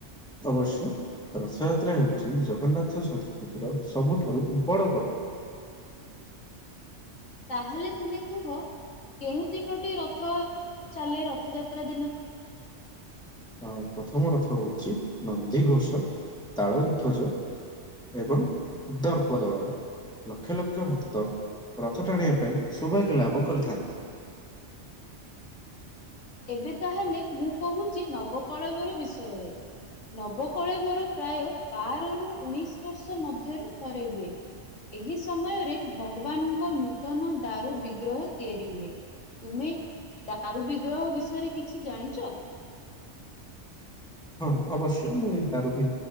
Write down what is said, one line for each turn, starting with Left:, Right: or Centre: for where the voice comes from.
Centre: ଅବଶ୍ୟ। ରଥଯାତ୍ରା ହେଉଛି ଜଗନ୍ନାଥ ସଂସ୍କୃତିର ସବୁଠାରୁ ବଡ଼ ପର୍ବ।
Left: ତାହେଲେ ତୁମେ କୁହ କେଉଁ ତିନୋଟି ରଥ ଚାଲେ ରଥଯାତ୍ରା ଦିନ?
Centre: ଆ ପ୍ରଥମ ରଥ ହଉଛି ନନ୍ଦିଘୋଷ, ତାଳ ଧ୍ୱଜ ଏବଂ ଦର୍ପ ଦଳନ। ଲକ୍ଷ ଲକ୍ଷ ଭକ୍ତ ରଥ ଟାଣିବା ପାଇଁ ସୌଭାଗ୍ୟ ଲାଭ କରିଥାନ୍ତି।
Left: ଏବେ ତାହାଲେ ମୁଁ କହୁଛି ନବକଳବର ବିଷୟରେ। ନବକଳେବର ପ୍ରାୟ ବାରରୁ ଉଣେଇଶ ବର୍ଷ ମଧ୍ୟରେ ଥରେ ହୁଏ। ଏହି ସମୟରେ ଭଗବାନଙ୍କ ନୂତନ ଦାରୁ ବିଗ୍ରହ ତିଆରି ହୁଏ। ତୁମେ ଦାରୁ ବିଗ୍ରହ ବିଷୟରେ କିଛି ଜାଣିଛ?
Centre: ହଁ ଅବଶ୍ୟ, ମୁଁ ଏଇ ଦାରୁ ଭି